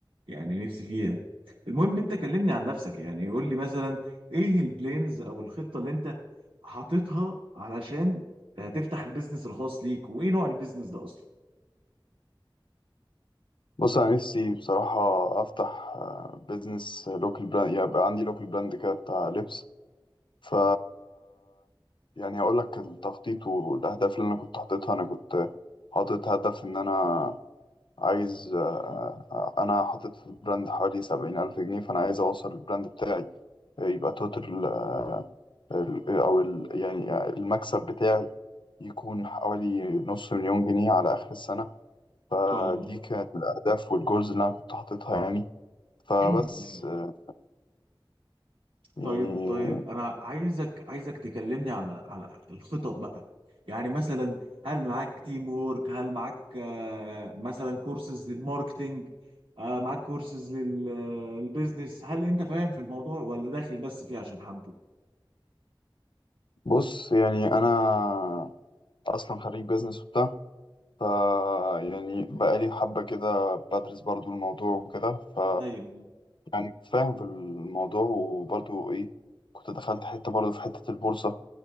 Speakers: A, on the right (about 75°); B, on the left (about 65°).
A: يعني نفسي فيها المهم انت كلمني عن نفسك يعني قول لي مثلا ايه البلانز او الخطة اللي انت حاططها علشان آه، تفتح البيزنس الخاص ليك وايه نوع البيزنس ده اصلا
B: بص انا نفسي بصراحه افتح بيزنس لوكال براند يبقى عندي لوكال براند كده بتاع لبس ف يعني هقول لك التخطيط والاهداف اللي انا كنت حاططها انا كنت حاطط هدف ان انا عايز آه، آه، أنا حاطط في البراند حوالي سبعين ألف جنيه فأنا عايز أوصل البراند بتاعي آه، يبقى توتال آه، ال- آه، أو ال يعني آه، المكسب بتاعي يكون حوالي نص مليون جنيه على آخر السنة فدي
A: ان شاء الله
B: كانت الأهداف والجولز اللي أنا كنت حاططها يعني فبس
A: <clears throat> أيوة.
B: آه، يعني
A: طيب طيب انا عايزك عايزك تكلمني على على الخطط بقى يعني مثلا هل معاك تيم وورك هل معاك آه، مثلا كورسز للماركتينج آه، معاك كورسز للبيزنس هل انت فاهم في الموضوع ولا داخل بس فيه عشان حبه
B: بص يعني أنا أصلا خريج بيزنس وبتاع ف يعني بقالي حبة كده بدرس برضو الموضوع وكده ف
A: ايوه
B: يعني فاهم في الموضوع وبرضو ايه كنت دخلت حتة برضو في حتة البورصة